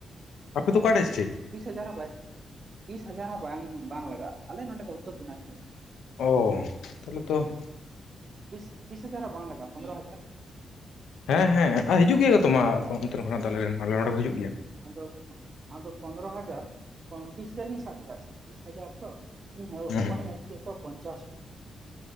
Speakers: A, on the left (about 80°); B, on the right (about 45°).
A: ᱟᱯᱮ ᱫᱚ ᱚᱠᱟ ᱰᱤᱥᱴᱤᱠ?
B: ᱵᱤᱥ ᱦᱟᱡᱟᱨ ᱦᱚᱸ ᱵᱟᱭ ᱵᱤᱥ ᱦᱟᱡᱟᱨ ᱦᱚᱸ ᱵᱟᱝ ᱵᱟᱝ ᱞᱟᱜᱟᱜᱼᱟ ᱟᱞᱮ ᱱᱚᱸᱰᱮ ᱫᱚ ᱩᱛᱛᱚᱨ ᱫᱤᱱᱟᱡᱽᱯᱩᱨ ᱾
A: ᱚ ᱛᱟᱞᱮ ᱛᱚ ᱾
B: ᱵᱤᱥ ᱵᱤᱥ ᱦᱟᱡᱟᱨ ᱦᱚᱸ ᱵᱟᱝ ᱞᱟᱜᱟᱜᱼᱟ ᱯᱚᱱᱨᱚ ᱦᱟᱡᱟᱨ ᱾
A: ᱦᱮᱸ ᱦᱮᱸ ᱟ ᱦᱤᱡᱩᱜ ᱜᱮᱭᱟ ᱠᱚᱛᱚ ᱢᱟ ᱟᱯᱮ ᱚᱱᱛᱮ ᱦᱚᱱᱟᱜ ᱫᱚ ᱟᱞᱮ ᱨᱮᱱ ᱟᱞᱮ ᱱᱚᱰᱮ ᱠᱚ ᱦᱤᱡᱩᱜ ᱜᱮᱭᱟ ᱾
B: ᱟᱫᱚ ᱟᱫᱚ ᱯᱚᱱᱨᱚ ᱦᱟᱡᱟᱨ ᱠᱚᱢᱯᱤᱥᱤᱭᱟᱞᱤᱧ ᱦᱟᱡᱟᱨ ᱜᱤᱧ ᱥᱟᱵ ᱠᱮᱫᱟ ᱥᱮ ᱵᱤᱥ ᱦᱟᱡᱟᱨ ᱛᱚ ᱤᱧ ᱦᱚᱯᱚᱱᱤᱧ
A: ᱦᱩᱸ
B: ᱟᱹᱜᱩ ᱠᱮᱫ ᱠᱚᱣᱟ ᱯᱚᱧᱪᱟᱥ